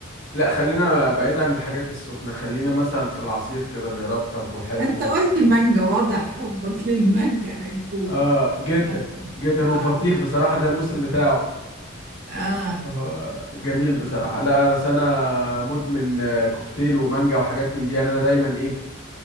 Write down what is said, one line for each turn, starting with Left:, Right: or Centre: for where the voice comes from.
Left: لا خلينا بعيد عن الحاجات السخنة خلينا مثلا في العصير كده بيرطب وحلو
Right: انت قلت مانجا واضح حبك <laughs> للمانجا هيكون
Left: اه جدا
Right: هت-
Left: جدا
Right: اه
Left: والبطيخ بصراحة ده الموسم بتاعه
Right: اه
Left: آه جميل بصراحة لا انا سنة مدمن آه، كوكتيل ومانجا وحاجات من دي يعني انا دايما ايه